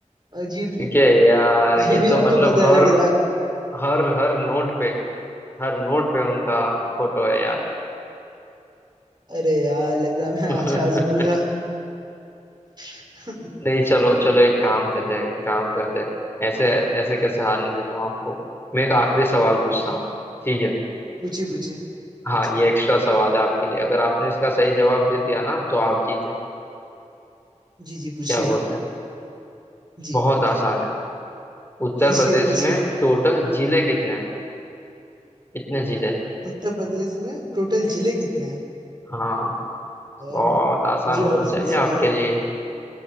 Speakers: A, on the right; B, on the left.
A: और ये
B: क्योंकि
A: भी
B: यार ये
A: ये भी
B: तो मतलब
A: आपको पता
B: हर
A: लग रहा है
B: हर हर नोट पे हर नोट पे उनका फोटो है
A: अरे यार लग रहा है मैं
B: यार
A: आज हार जाऊंगा
B: <laughs>
A: <laughs>
B: नहीं चलो चलो एक काम करते हैं एक काम करते हैं ऐसे ऐसे कैसे हारने देता हूँ आपको मैं एक आखिरी सवाल पूछता
A: हाँ
B: हूँ ठीक है
A: पूछिए पूछिए
B: हाँ
A: पूछिए
B: ये एक्स्ट्रा सवाल है आपके लिए अगर आपने इसका सही जवाब दे दिया ना तो आप जीते
A: जी जी पूछिए
B: क्या बोलते हैं
A: जी
B: बहुत
A: जी
B: आसान है उत्तर
A: पूछिए
B: प्रदेश
A: पूछिए
B: में टोटल जिले कितने हैं कितने जिले हैं
A: उत्तर प्रदेश में टोटल जिले कितने हैं
B: हाँ
A: अ,
B: बहुत आसान
A: मुझे
B: होना
A: ऑप्शन
B: चाहिए
A: चाहिए
B: आपके लिए